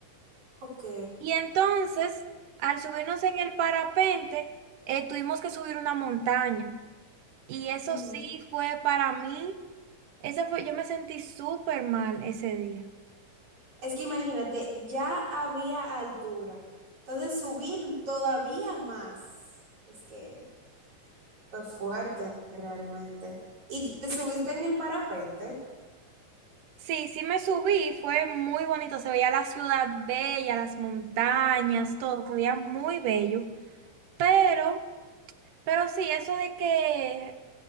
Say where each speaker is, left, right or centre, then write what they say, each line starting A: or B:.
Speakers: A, on the right; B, on the right.
A: Ok.
B: y entonces al subirnos en el parapente eh, tuvimos que subir una montaña y eso
A: Ujú.
B: sí fue para mí, ese fue, yo me sentí súper mal ese día.
A: Es que imagínate, ya había altura. Entonces subir todavía más. Es que fue fuerte realmente. ¿Y te subiste en el parapente?
B: Sí, sí me subí, fue muy bonito, se veía la ciudad bella, las montañas, todo, se veía muy bello, pero, pero sí, eso de que,